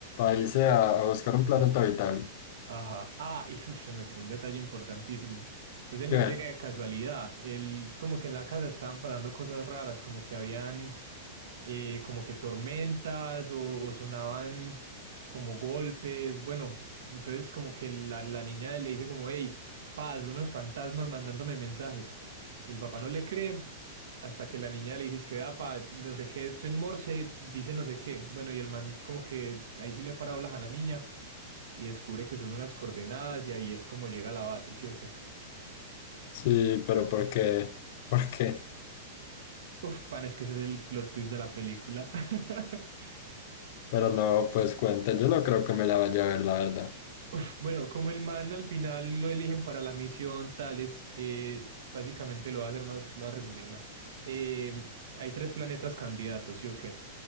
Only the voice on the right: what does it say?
Ajá. Ah, y <laughs> se me fue un detalle importantísimo. Pues él
no llega de casualidad. Él como que en la casa estaban pasando cosas raras, como que habían eh, como que tormentas o, o sonaban como golpes, bueno, entonces como que la, la niña le dice como, hey, paz, unos fantasmas mandándome mensajes. Y el papá no le cree hasta que la niña le dice es que, "Ah, pa, no sé qué, esto en Morse dice no sé qué. Bueno, y el man como que ahí sí le ha parado a la niña y descubre que son unas coordenadas y ahí es como llega a la base, ¿sí o qué?
Uf, pan, es que ese es el plot twist de la película. <laughs>
Uf, bueno, como el man al final lo eligen para la misión tales, eh, básicamente lo va a hacer más, lo va a resumir más. Eh, hay tres planetas candidatos, ¿sí o qué?